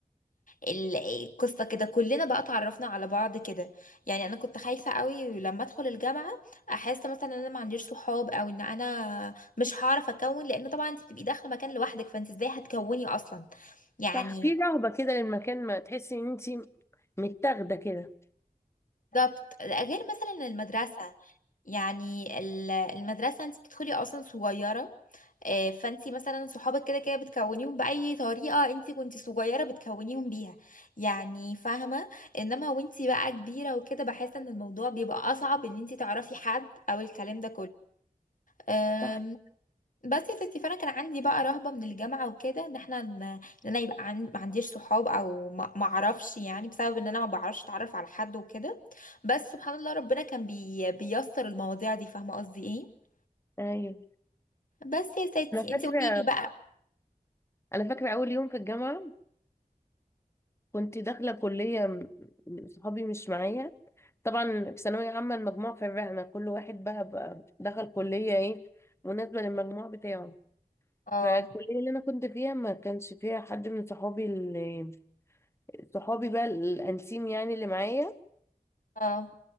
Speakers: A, on the left; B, on the left.
A: ال- القصه كده كلنا بقى اتعرفنا على بعض كده يعني انا كنت خايفه قوي لما ادخل الجامعه احس مثلا ان انا ما عنديش صحاب او ان انا مش هعرف اكون لان طبعا انت بتبقي داخله مكان لوحدك فانت ازاي هتكوني اصلا يعني
B: صح في رهبه كده للمكان ما تحسي ان انت متاخده كده
A: بالظبط غير مثلا المدرسة يعني ال- المدرسة انت بتدخلي اصلا صغيرة آه، فانت مثلا صحابك كده كده بتكونيهم بأي طريقة انت كنت صغيرة بتكونيهم بيها يعني فاهمة انما وانت بقى كبيرة وكده بحس ان الموضوع بيبقى اصعب ان انت تعرفي حد او الكلام ده كله
B: صح
A: بس يا ستي فانا كان عندي بقى رهبه من الجامعه وكده ان احنا ن- ان انا يبقى عن... ما عنديش صحاب او ما ما اعرفش يعني بسبب ان انا ما بعرفش اتعرف على حد وكده بس سبحان الله ربنا كان بي... بيسر المواضيع دي فاهمه قصدي ايه
B: ايوه
A: بس يا ستي
B: انا فاكره
A: انت قولي لي بقى
B: انا فاكره اول يوم في الجامعه كنت داخلة كلية م- صحابي مش معايا طبعا في ثانوية عامة المجموع فرقنا كل واحد بقى, بقى دخل كلية ايه مناسبة للمجموع بتاعه
A: اه
B: فالكلية اللي أنا كنت فيها ما كانش فيها حد من صحابي اللي صحابي بقى الأنسيم يعني اللي معايا
A: اه